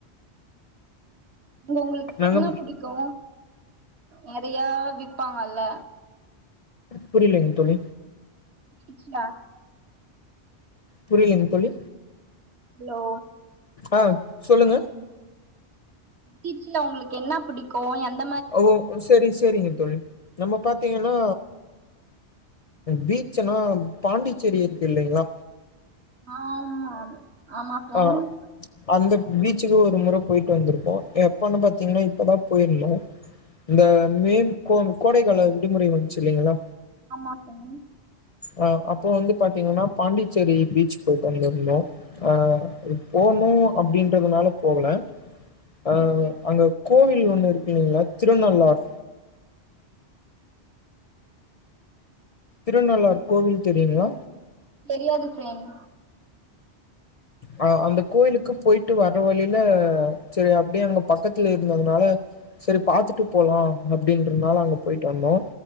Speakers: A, on the right; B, on the left.
A: அங்க உங்களுக்கு
B: நாங்க
A: என்ன புடிக்கு நெறையா விப்பாங்கல்ல
B: புரிலிங்க தோழி
A: பீச்ல
B: புரியலங் தோழி
A: ஹலோ
B: ஆ சொல்லுங்க
A: பீச்ல உங்களுக்கு இன்னா புடிக்கு என்
B: ஓ சேரி சேரிங்க தோழி நம்ப பாத்தீங்கன்னா பீச்னா பாண்டிச்சேரி இருக்குல்லைங்களா
A: ஆமா ஆமா ஃப்ரெண்ட்
B: ஆ அந்த பீச்சுக்கு ஒரு மொற போயிட்டு வந்துருக்கோ எப்பன்னு பாத்தீங்கன்னா இப்பதா போயிருந்தோ இந்த மே கோம் கோடைக்கால விடுமுறை வந்சிங்களா
A: ஆமா ஃப்ரெண்ட்
B: ஆ அப்போ வந்து பாத்தீங்கன்னா பாண்டிச்சேரி பீச் போயிட்டு வந்துருந்தோ ஆ போணு அப்டின்றதுனால போகல அ
A: ஓகே
B: அங்க கோவில் ஒன்னு இருக்குல்லைங்களா திருநள்ளார் திருநள்ளார் கோவில் தெரியுங்ளா
A: தெரியாது ஃப்ரெண்ட்
B: ஆ அந்த கோயிலுக்கு போயிட்டு வர வழியில செரி அப்டியே அங்க பக்கத்துல இருந்ததுனால சேரி பாத்துட்டு போலா அப்டின்றதுனால அங்க போயிட்டு வந்தோ